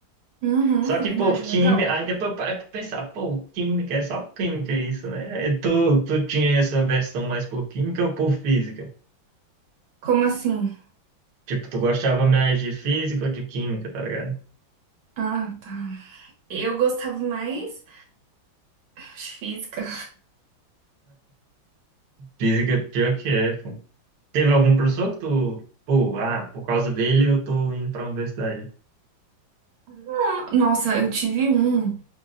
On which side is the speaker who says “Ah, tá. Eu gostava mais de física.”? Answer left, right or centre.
Right